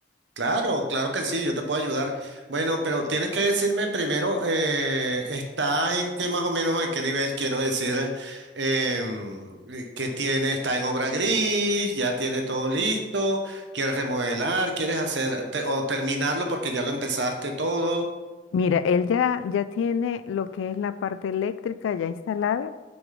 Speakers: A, on the right (about 70°); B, on the left (about 90°).
A: Claro, claro que sí, yo te puedo ayudar. Bueno, pero tienes que decirme primero, eh, está en qué más o menos, en qué nivel quiero decir, em, eh, que tiene, está en obra gris, ya tiene todo listo, quieres remodelar, quieres hacer te- o terminarlo porque ya lo empezaste todo.
B: Mira, él ya, ya tiene lo que es la parte eléctrica ya instalada,